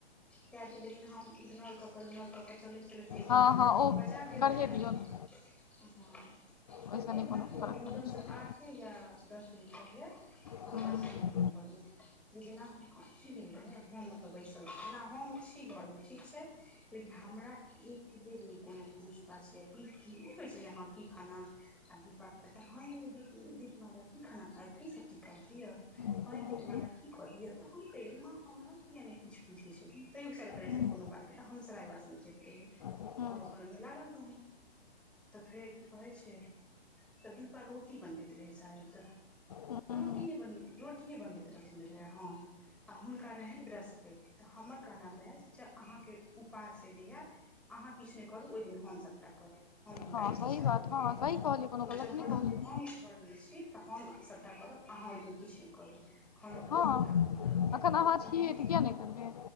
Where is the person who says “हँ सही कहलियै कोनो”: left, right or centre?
Left